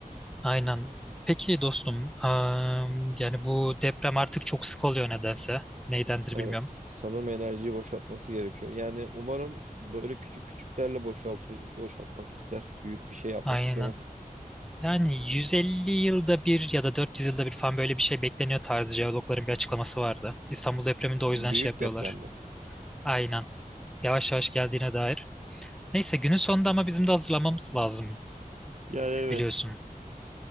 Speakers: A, in the centre; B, on the right.
A: Aynen. Peki dostum, e, yani bu deprem artık çok sık oluyor nedense. Neydendir
B: Evet.
A: bilmiyorum.
B: Sanırım enerjiyi boşaltması gerekiyor. Yani umarım böyle küçük küçüklerle boşaltıyor, boşaltmak ister. Büyük bir şey yapmak
A: Aynen.
B: istemez.
A: Yani 150 yılda bir ya da 400 yılda bir falan böyle bir şey bekleniyor tarzı jeologların bir açıklaması vardı. İstanbul depreminde o
B: Büyük
A: yüzden şey yapıyorlar.
B: deprem mi?
A: Aynen. Yavaş yavaş geldiğine dair. Neyse günün sonunda ama bizim de hazırlamamız lazım
B: Yani evet.
A: biliyorsun.